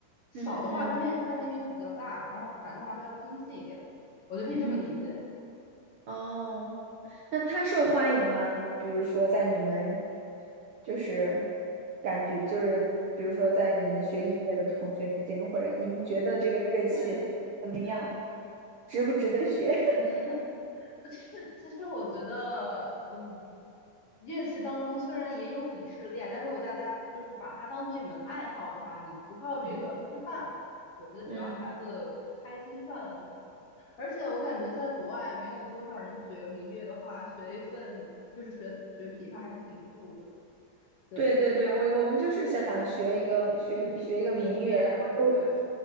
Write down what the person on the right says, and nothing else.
嗯嗯
嗯，哦。那他受欢迎吗？比如说在你们，就是感觉就是，比如说在你们学音乐的同学之间，或者你们觉得这个乐器怎么样，
值不值得学？
<laughs> 嗯
嗯，
对对对，我我们就是想学一个学学一个民乐，
然后又